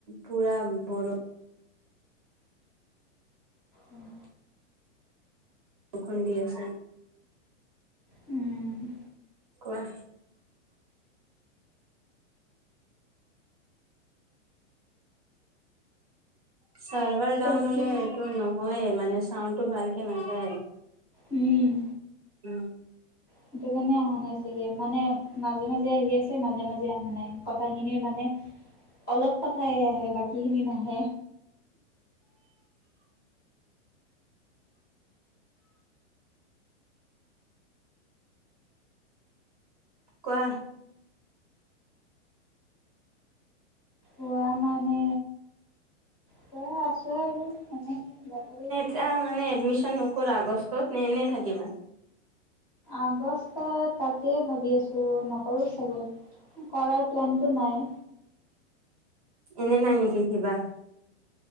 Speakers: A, on the right; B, on the left.
A: পুৰা বৰ
B: উম।
A: বখনদি আছে।
B: উম
A: কোৱা? চাৰ্ভাৰ ডাউন
B: বাকী
A: হলে এইটো নহয়ে মানে চাউনডটো ভালকে নাযায়।
B: উম,
A: উম,
B: সেইটো কাৰণে অহা নাই চাগে মানে মাজে - মাজে আহি আছে মাজে - মাজে অহা নাই কথাখিনিৰ মানে অলপ কথাই আহে বাকী খিনি নাহে।
A: কোৱা?
B: খোৱা মানে খোৱা আছো আৰু এনেই যাবলৈ
A: এয়া মানে এডমিশন নকৰা আগষ্টত এনে - এনে থাকিব।
B: আগষ্ট তাকে ভাবি আছো নকৰো চাগে। কৰাৰ প্লেনটো নাই।
A: এনে নাই নেকি কিবা?